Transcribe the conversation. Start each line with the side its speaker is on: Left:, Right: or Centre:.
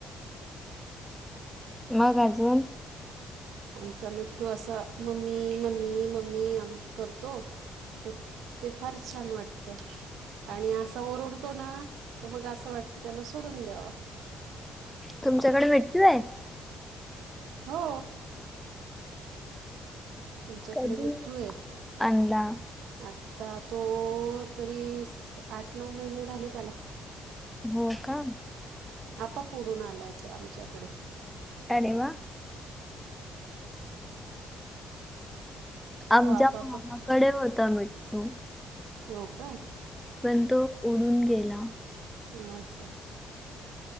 Centre: मग अजून
Right: आमचा मिठू असा मम्मी मम्मी मम्मी आम करतो. तो तो ते फार छान वाटत. तो आणि असा ओरडतो ना तर मग असं वाटतं त्याला सोडून द्यावा
Centre: तुमच्याकडे मिठू आहे.
Right: हो आमच्याकडे
Centre: कधी
Right: मिठू आहे.
Centre: आणला
Right: आता तो तरी आठ नऊ महिने झाले त्याला
Centre: हो का
Right: आपाेप वुढून आलायतो आमच्याकडे
Centre: अरे वा आमच्या
Right: तो आपाप
Centre: मामाकडे होता मिठू
Right: हो का
Centre: पण तो उडून गेला
Right: ह असे